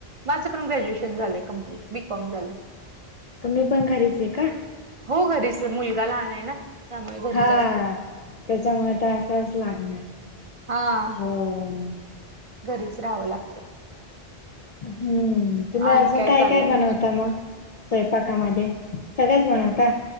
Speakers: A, on the right; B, on the left.
A: माझं पण ग्रॅज्युएशन झालंय कंप्लीट, बीकॉम झालंय.
B: तुम्हीपण घरीचंय का?
A: हो घरीचं. मुलगा लहानय ना. त्यामुळे घरीच
B: हां
A: असते
B: त्याच्यामुळं तर असावंच लागणार
A: हां
B: हो
A: घरीच रहावं लागतं
B: हम्म्म तुम्ही
A: आणि
B: अजून काय
A: चाललंय
B: काय बनवता मंग स्वयपाकामध्ये सगळेच बनवता